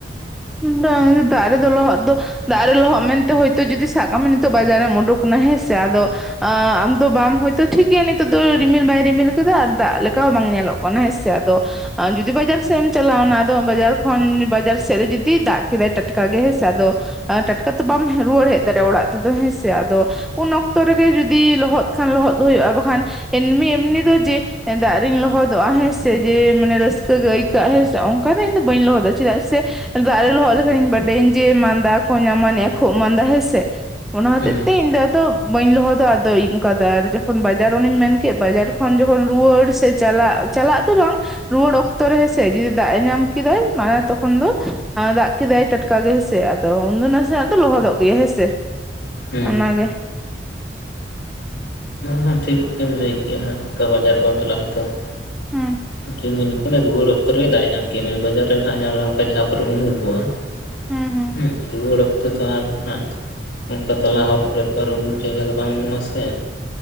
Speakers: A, in the centre; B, on the left.
A: ᱵᱟᱝ ᱫᱟᱜ ᱨᱮᱫᱚ ᱞᱚᱦᱚᱫ ᱫᱚ ᱫᱟᱜ ᱨᱮ ᱞᱚᱦᱚᱫ ᱢᱮᱱᱛᱮ ᱦᱚᱭᱛᱚ ᱡᱩᱫᱤ ᱥᱟᱵ ᱠᱟᱜ ᱢᱮ ᱱᱤᱛᱚᱜ ᱵᱟᱡᱟᱨ ᱮᱢ ᱩᱰᱩᱠᱱᱟ ᱦᱮᱸ ᱥᱮ ᱟᱫᱚ ᱟᱢ ᱫᱚ ᱵᱟᱢ ᱦᱚᱭᱛᱚ ᱴᱷᱤᱠ ᱜᱮᱭᱟ ᱱᱤᱛᱚᱜ ᱫᱚ ᱨᱤᱢᱤᱞ ᱵᱟᱭ ᱨᱤᱢᱤᱞ ᱠᱟᱫᱟ ᱟᱨ ᱫᱟᱜ ᱞᱮᱠᱟ ᱦᱚᱸ ᱵᱟᱝ ᱧᱮᱞᱚᱜ ᱠᱟᱱᱟ ᱾ ᱦᱮᱸ ᱥᱮ ᱟᱫᱚ ᱡᱩᱫᱤ ᱵᱟᱡᱟᱨ ᱥᱮᱜ ᱮᱢ ᱪᱟᱞᱟᱣᱱᱟ ᱟᱫᱚ ᱵᱟᱡᱟᱨ ᱠᱷᱚᱱ ᱵᱟᱡᱟᱨ ᱥᱮᱜ ᱨᱮ ᱡᱩᱫᱤ ᱡᱩᱫᱤᱭ ᱫᱟᱜ ᱠᱮᱫᱟᱭ ᱴᱟᱴᱠᱟ ᱜᱮ ᱦᱮᱸᱥᱮ ᱟᱫᱚ ᱴᱟᱴᱠᱟ ᱛᱚ ᱵᱟᱢ ᱦᱮᱜ ᱨᱩᱣᱟᱹᱲ ᱦᱮᱡ ᱫᱟᱲᱮ ᱚᱲᱟᱜ ᱛᱮᱫᱚ ᱦᱮᱸᱥᱮ ᱟᱫᱚ ᱩᱱ ᱚᱠᱛᱚ ᱨᱮᱜᱮ ᱡᱩᱫᱤ ᱞᱚᱦᱚᱫ ᱠᱷᱟᱱ ᱞᱚᱦᱚᱫ ᱦᱩᱭᱩᱜᱼᱟ ᱵᱟᱠᱷᱟᱱ ᱮᱢᱱᱤ ᱮᱢᱱᱤ ᱫᱚ ᱡᱮ ᱫᱟᱜ ᱨᱤᱧ ᱞᱚᱦᱚᱫᱚᱜᱼᱟ ᱦᱮᱸ ᱥᱮ ᱡᱮ ᱢᱟᱱᱮ ᱨᱟᱹᱥᱠᱟᱹ ᱜᱮ ᱟᱹᱭᱠᱟᱹᱜᱼᱟ ᱦᱮᱸ ᱥᱮ ᱚᱝᱠᱟ ᱫᱚ ᱤᱧ ᱫᱚ ᱵᱟᱹᱧ ᱞᱚᱦᱚᱫᱚᱜᱼᱟ ᱪᱮᱫᱟᱜ ᱥᱮ ᱫᱟᱜ ᱨᱮ ᱞᱚᱦᱚᱫ ᱞᱮᱠᱷᱟᱱᱤᱧ ᱵᱟᱰᱟᱭᱤᱧ ᱡᱮ ᱢᱟᱸᱫᱟ ᱠᱚ ᱧᱟᱢᱟᱱᱤᱜᱼᱟ ᱠᱷᱳᱜ ᱢᱟᱸᱫᱟ ᱦᱮᱸ ᱥᱮ ᱚᱱᱟ ᱦᱚᱛᱮᱜ
B: ᱦᱮᱸ
A: ᱛᱮ ᱤᱧ ᱫᱚ ᱟᱫᱚ ᱵᱟᱹᱧ ᱞᱚᱦᱚᱫᱟ ᱟᱫᱚ ᱚᱝᱠᱟ ᱫᱟᱜ ᱨᱮ ᱡᱚᱠᱷᱚᱱ ᱵᱟᱡᱟᱨ ᱚᱱᱮᱧ ᱢᱮᱱ ᱠᱮᱜ ᱵᱟᱡᱟᱨ ᱠᱷᱚᱱ ᱡᱚᱠᱷᱚᱱ ᱨᱩᱣᱟᱹᱲ ᱥᱮ ᱪᱟᱞᱟᱜ ᱪᱟᱞᱟᱜ ᱫᱚ ᱵᱟᱝ ᱨᱩᱣᱟᱹᱲ ᱚᱠᱛᱚ ᱨᱮ ᱦᱮᱸ ᱥᱮ ᱡᱩᱫᱤ ᱫᱟᱜ ᱮ ᱧᱟᱢ ᱠᱮᱫᱟᱭ ᱢᱟᱱᱮ ᱛᱚᱠᱷᱚᱱ ᱫᱚ ᱟᱸᱻ ᱫᱟᱜ ᱠᱮᱫᱟᱭ ᱴᱟᱴᱠᱟ ᱜᱮ ᱦᱮᱸᱥᱮ ᱟᱫᱚ ᱩᱱᱫᱚ ᱱᱟᱥᱮᱱᱟᱜ ᱫᱚ ᱞᱚᱦᱚᱫᱚᱜ ᱜᱮᱭᱟ ᱦᱮᱸ ᱥᱮ ᱾
B: ᱦᱮᱸ
A: ᱚᱱᱟ ᱜᱮ
B: ᱦᱮᱸ ᱴᱷᱤᱠ ᱮᱢ ᱞᱟᱹᱭ ᱠᱮᱜᱼᱟ ᱚᱝᱠᱟ ᱵᱟᱡᱟᱨ ᱠᱚᱢ ᱪᱟᱞᱟᱜᱼᱟ ᱦᱚᱭᱛᱚ ᱾
A: ᱦᱩᱸ
B: ᱡᱮᱢ ᱢᱮᱱ ᱠᱮᱫᱟ ᱨᱩᱣᱟᱹᱲ ᱚᱠᱛᱚ ᱨᱮ ᱫᱟᱜ ᱮ ᱧᱟᱢ ᱠᱮᱜ ᱢᱮᱭᱟ ᱵᱟᱡᱟᱨ ᱨᱮᱱᱟᱸᱜ ᱮ ᱧᱟᱢ ᱞᱮᱢᱠᱷᱟᱡ ᱡᱟᱦᱟᱸ ᱠᱚᱨᱮᱢ ᱩᱢᱩᱞ ᱠᱚᱣᱟ ᱾
A: ᱦᱩᱸ ᱦᱩᱸ
B: ᱦᱩᱸ ᱨᱩᱣᱟᱹᱲ ᱚᱠᱛᱚ ᱛᱚ ᱟᱨ ᱱᱟᱦᱟᱜ ᱚᱝᱠᱟ ᱛᱟᱞᱟ ᱦᱚᱨ ᱠᱚᱨᱮ ᱛᱚ ᱟᱨ ᱩᱢᱩᱞ ᱡᱟᱭᱜᱟ ᱫᱚ ᱵᱟᱝ ᱱᱚᱢᱟ ᱥᱮ